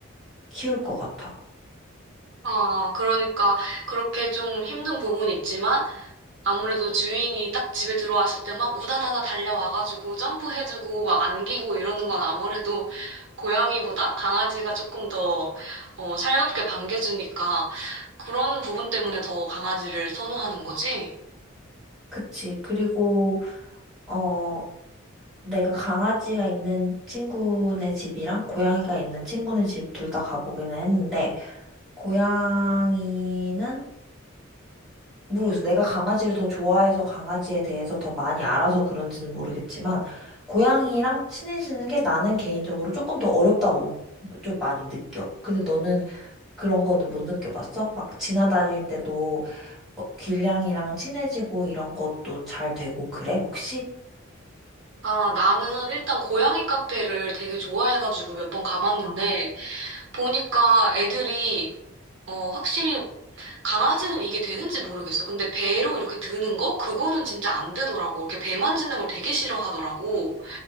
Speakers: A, in the centre; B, on the right.
A: 키울 것 같아.
B: 아, 그러니까 그렇게 좀 힘든 부분이 있지만, 아무래도 주인이 딱 집에 들어왔을 때 막 우다다다 달려와가지고 점프해주고 막 안기고 이러는 건 아무래도 고양이보다 강아지가 조금 더 어, 살갑게 반겨주니까 그런 부분 때문에 더 강아지를 선호하는 거지.
A: 그치. 그리고, 어, 내가 강아지가 있는 친구네 집이랑 고양이가 있는 친구네 집 둘 다 가보기는 했는데, 고양이는 모르겠어. 내가 강아지를 더 좋아해서 강아지에 대해서 더 많이 알아서 그런지는 모르겠지만, 고양이랑 친해지는 게 나는 개인적으로 조금 더 어렵다고 좀 많이 느껴. 근데 너는 그런 거는 못 느껴봤어? 막 지나다닐 때도 어, 길냥이랑 친해지고 이런 것도 잘 되고 그래, 혹시?
B: 아, 나는 일단 고양이 카페를 되게 좋아해가지고 몇 번 가봤는데
A: 아,
B: 보니까 애들이 어, 확실히 강아지는 이게 되는지 모르겠어. 근데 배로 이렇게 드는 거? 그거는 진짜 안 되더라고. 이렇게 배 만지는 걸 되게 싫어하더라고.